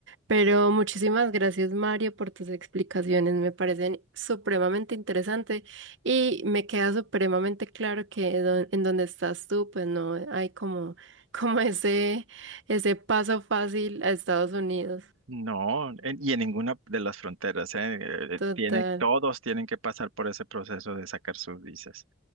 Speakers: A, on the right; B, on the right.
A: Pero muchísimas gracias, Mario, por tus explicaciones. Me parecen supremamente interesantes y me queda supremamente claro que don- en donde estás tú, pues no hay como, <laughs> como ese, ese paso fácil a Estados Unidos.
B: No, en- y en ninguna de las fronteras, ¿eh? Eh, eh,
A: Total,
B: Tiene, todos tienen que pasar por ese proceso de sacar sus visas.